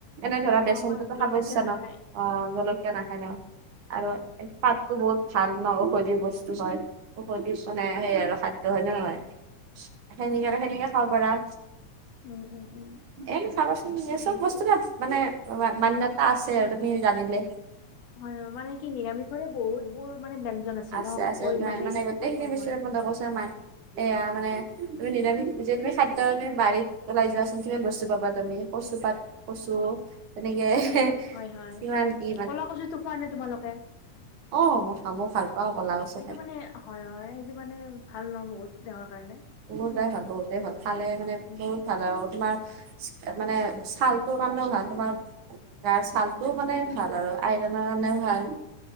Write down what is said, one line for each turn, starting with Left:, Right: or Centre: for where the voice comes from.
Right: এনে ধৰা
Left: আৰু
Right: বেচনটোতো
Left: আমাৰ জলকীয়া
Right: খাব ইচ্ছা
Left: নাখায়।
Right: নকৰে অ' জলকীয়া নাখাই ন- আৰু পাতটো বহুত ভাল ন ঔষধি বস্তু হয় ঔষধি মানে সেই আৰু। খাদ্য হয় নে নহয় সেনেকে সেনেকে খাব পাৰা।
Left: উমঁ উমঁ উমঁ।
Right: এই খাবাচোন এই চব বস্তু মানে মান্যতা আছে আৰু তুমি জানিলে-
Left: হয়ঁ মানে কি নিৰামিষৰে বহুত বোৰ মানে ব্যঞ্জন আছে-
Right: আছে
Left: ন
Right: আছে
Left: কৈ
Right: ন মানে
Left: শেষ
Right: গোটেইখিনি
Left: কৰিব নোৱাৰি।
Right: বছৰে পোন্ধৰ বছৰ মান- এয়া মানে তুমি নিৰমিষ নিজে তুমি খাদ্য তুমি বাৰীত ওলাই যোৱাচোন কিমান বস্তু পাবা তুমি কচুপাত- কচু তেনেকে-
Left: হয়ঁ হয়ঁ
Right: কিমান কি
Left: কলা কচুটো খোৱা নে তোমালোকে?
Right: অঁ মই খাব মই ভাল- পাওঁ কলা কচু-
Left: সেইটো
Right: খাই
Left: মানে হয়ঁ হয়ঁ সেইটো মানে ভাল ন বহুত দেহৰ কাৰণে-
Right: বহুতবাৰ ভাল বহুতেই ভাল খালে মানে
Left: উম
Right: বহুত- ভাল আৰু তোমাৰ মানে ছালটোৰ কাৰণেও ভাল তোমাৰ- গাৰ ছালটোও
Left: হয় হয়
Right: মানে ভাল আৰু আইৰনৰ কাৰণেও ভাল।